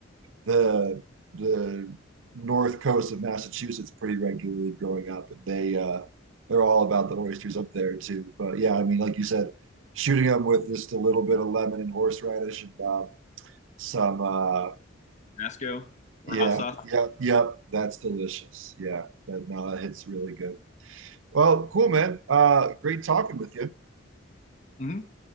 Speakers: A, on the right; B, on the left.
A: the the north coast of Massachusetts pretty regularly growing up, and they uh, they're all about the oysters up there too. But yeah, I mean, like you said, shooting them with just a little bit of lemon and horseradish and um, some uh,
B: Tabasco or
A: Yeah,
B: hot sauce?"
A: yep, yep. That's delicious. Yeah, that no, that hits really good. Well, cool, man. Uh, great talking with you.
B: hmm